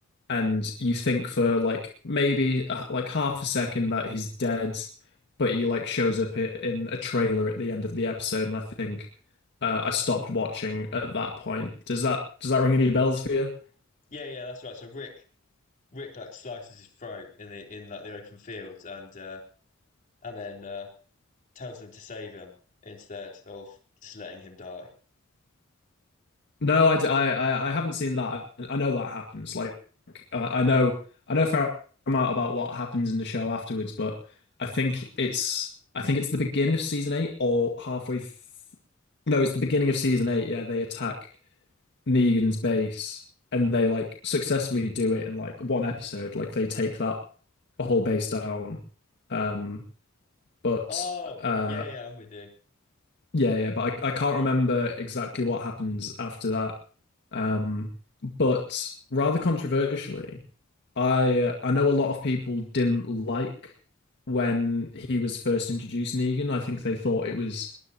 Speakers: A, on the left; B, on the left.
A: and you think for like maybe uh, like half a second that he's dead, but he like shows up i- in a trailer at the end of the episode, and I think uh, I stopped watching at that point. Does that does that ring any bells for you?
B: Yeah, yeah, that's right. So Rick Rick like slices his throat in the in like the open field and uh, and then uh, tells them to save him instead of just letting him die.
A: No, I I I I- I- I haven't seen that. I, I know that happens. Like, uh, I know, I know a fair amount about what happens in the show afterwards, but I think it's, I think it's the beginning of season eight or halfway. Th no, it's the beginning of season eight. Yeah, they attack Negan's base and they like successfully do it in like one episode. Like they take that whole base down. Um, but
B: Oh
A: uh,
B: yeah, yeah, I'm with you.
A: yeah, yeah, but I, I can't remember exactly what happens after that. Um, but rather controversially, I I know a lot of people didn't like when he was first introduced Negan. I think they thought it was